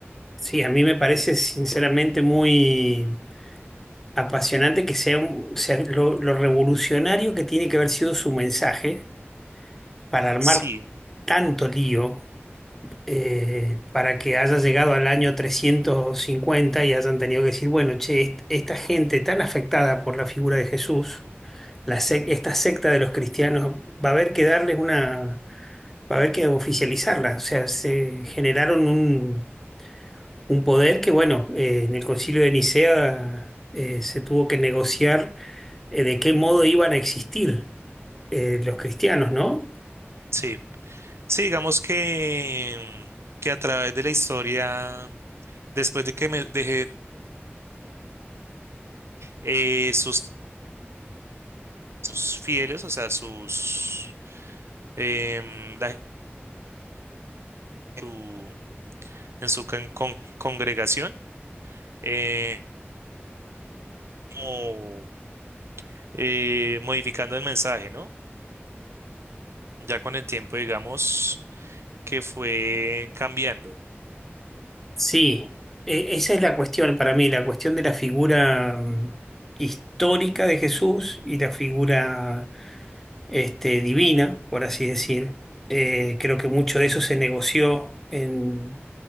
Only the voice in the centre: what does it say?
Sí, a mí me parece sinceramente muy apasionante que sea, un- sea lo, lo revolucionario que tiene que haber sido su mensaje para armar
tanto lío eh, para que haya llegado al año 350 y hayan tenido que decir, bueno, che, est- esta gente tan afectada por la figura de Jesús, la sec- esta secta de los cristianos, va a haber que darles una, va a haber que oficializarla. O sea, se generaron un, un poder que, bueno, eh, en el Concilio de Nicea eh, se tuvo que negociar eh, de qué modo iban a existir eh, los cristianos, ¿no?
Sí, e- esa es la cuestión para mí, la cuestión de la figura mm, histórica de Jesús y la figura este, divina, por así decir. Eh, creo que mucho de eso se negoció en,